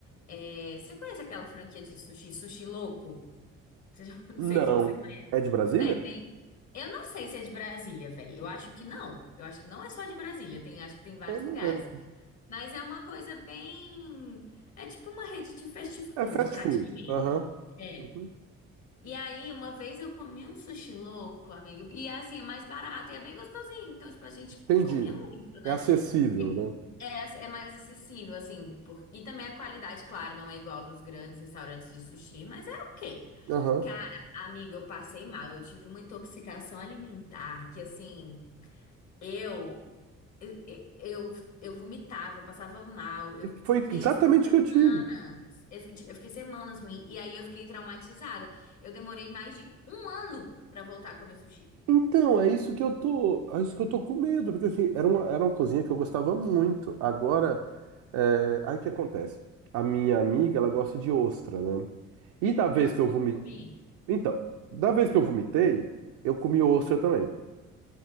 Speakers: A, on the left (about 45°); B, on the right (about 50°).
A: é, Você conhece aquela franquia de sushi, Sushi Louco? Você já- <laughs> Não
B: Não.
A: sei se você conhece.
B: É de Brasília?
A: Véi, tem. Eu não sei se é de Brasília, véi. Eu acho que não. Eu acho que não é só de Brasília. Tem... Acho que tem vários
B: Eu não
A: lugares.
B: lembro.
A: Mas é uma coisa bem. É tipo uma rede de fast food,
B: É fast
A: praticamente.
B: food. Aham.
A: É.
B: Uhum.
A: E aí, uma vez eu comi um sushi louco, amigo. E é assim, é mais barato e é bem gostosinho. Então, tipo, a gente
B: Entendi.
A: comia muito, né?
B: É acessível,
A: E
B: né?
A: é, assim, é mais acessível, assim. Por... E também a qualidade, claro, não é igual dos grandes restaurantes de sushi, mas é ok.
B: Aham.
A: Cara, amiga, eu passei mal. Eu tive uma intoxicação alimentar que, assim, eu. Eu, eu, eu vomitava, eu passava mal, eu
B: Foi
A: fiquei
B: exatamente
A: assim semanas,
B: o que eu tive.
A: eu fiquei, eu fiquei semanas ruim, e aí eu fiquei traumatizada. Eu demorei mais de um ano pra voltar a comer sushi.
B: Então, é isso que eu tô, é isso que eu tô com medo, porque assim, era uma, era uma cozinha que eu gostava muito. Agora, é, aí o que acontece? A minha amiga, ela gosta de ostra, né? E da
A: Nossa,
B: vez que eu
A: eu
B: vomitei,
A: nunca comi.
B: então, da vez que eu vomitei, eu comi ostra também.